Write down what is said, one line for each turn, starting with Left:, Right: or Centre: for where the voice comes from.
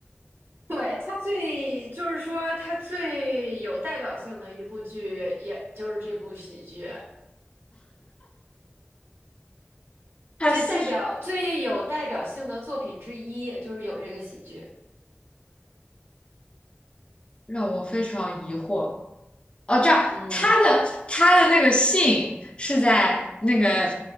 Right: 对，他最，就是说他最有代表性的一部剧，也就是这部喜剧，
Left: 还四十，
Right: 最代表、最有代表性的作品之一，就是有这个喜剧。
Left: 让我非常疑惑。哦，这样，
Right: 嗯，
Left: 他的他的那个姓是在那个